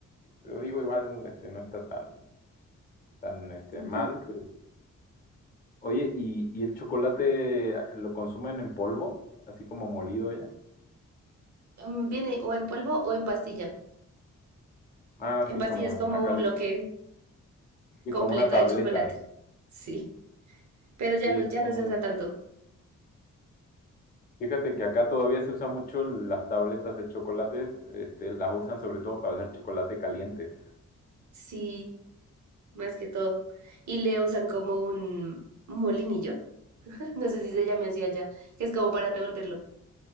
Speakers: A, on the left; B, on the right.
A: pero digo igual, este, no está tan, tan, este,
B: <laughs>
A: mal. pero- Oye, ¿y, y el chocolate lo consumen en polvo, así como molido ya?
B: Mm, Viene o en polvo o en pastilla.
A: Ah,
B: En
A: sí,
B: pastilla
A: como
B: es
A: en,
B: como
A: acá
B: un
A: le,
B: bloque
A: sí,
B: completo
A: como una tableta,
B: de chocolate.
A: ¿no?
B: Sí. Pero ya
A: Sí,
B: no,
A: esos
B: ya
A: son
B: no se
A: muy
B: usa
A: buenos.
B: tanto.
A: Fíjate que acá todavía se usa mucho las tabletas de chocolate, este, las usan sobre todo para hacer chocolate caliente.
B: Sí, más que todo. Y le usan como un un molinillo, <laughs> no sé si se llame así allá, que es como para revolverlo.